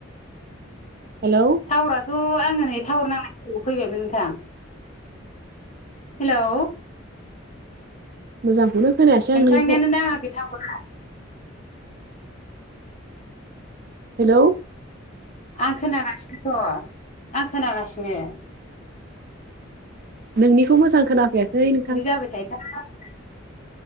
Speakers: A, on the right; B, on the left.
A: हेलौ
B: टावाराथ आङो नै थावार नांनायथिंनो फैबायमोन नोंथां हेलौ
A: मोजांखौनो खोनायासै
B: नोंथांनियानो
A: आं नोंनिखौ
B: नाङाखै थावारा
A: हेलौ
B: आं खोनागासिनो दङ आं खोनागासिनो
A: नोंनिखौ मोजां खोनाफैयाखै नोंथां
B: मा जाबाय थायोथाया <unintelligible>